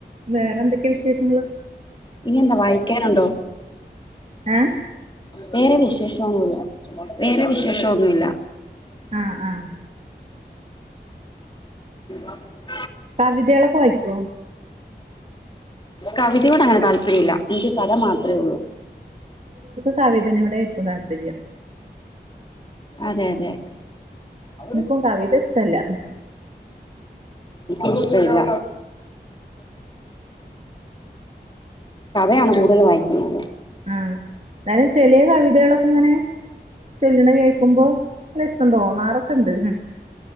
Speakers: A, on the right; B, on the left.
A: വേറെ എന്തൊക്കെയാ വിശേഷങ്ങള്
B: ഇനിയെന്താ വായിക്കാനുണ്ടോ
A: ഏ
B: വേറെ വിശേശോന്നുല്ല വേറെ വിശേഷോന്നുല്ല
A: ആ ആ
B: അ <unintelligible>
A: കവിതേളൊക്കെ വായിക്കോ
B: കവിതയോടങ്ങനെ താല്പര്യല്ല എനിക്ക് കഥ മാത്രേയുള്ളൂ
A: കവിതനോടെയിരിക്കും താല്പര്യം
B: അതെയതെ ആ
A: എനിക്കും കവിത ഇഷ്ടല്ല
B: ഇഷ്ടവില്ല യാണ് കൂടുതൽ വായിക്കുന്നത്
A: ആ ന്തായാലും ചെലെ കവിതേളൊക്കെങ്ങനെ ചെല്ല്ണെ കേക്കുമ്പോ <unintelligible> തോന്നാറൊക്കെ ഉണ്ട്